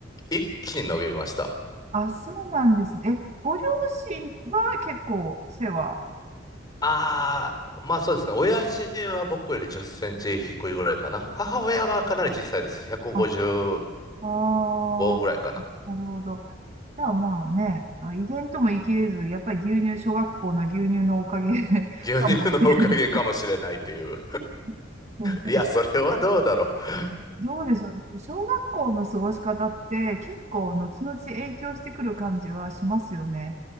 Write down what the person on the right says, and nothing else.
あ、そうなんですね。え、ご両親は結構背は。
あ、ああ、
なるほど。じゃあまあね、あ、遺伝とも言い切れず、やっぱり牛乳、小学校の牛乳のおかげ <laughs>
かもしれない。<laughs> でもなんか
どうでしょうね。小学校の過ごし方って結構後々影響してくる感じはしますよね。